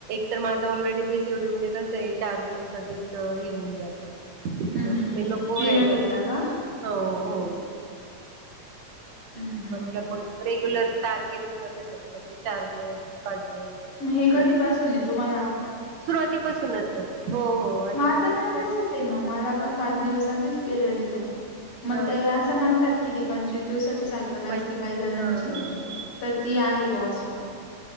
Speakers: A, on the right; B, on the left.
A: तर माझं ऑलरेडी पीसीओडी मध्ये कसं आहे चार दिवस आधीच हे होऊन जात
B: हम्म
A: मग
B: हम्म
A: ते नको
B: पिरियड
A: व्हायला
B: येता
A: म्हणून
B: का
A: म्हटलं हो हो
B: हम्म हम्म
A: म्हटलं मग रेग्युलर तारखेनुसार नाही होत मग ते चार दिवस पाच दिवस
B: मग
A: अस
B: हे कधीपासून आहे तुम्हाला
A: सुरुवातीपासूनच आहे हो आधीपासूनच
B: माझ पण तसंच आहे मग मला पण पाच दिवस आधीच पिरीयड येतो मग
A: हा
B: ते असं म्हणतात किती पंचवीस दिवसाचे सायकल
A: पण
B: असती काही जणांची
A: हा हा
B: तर ती आहे अस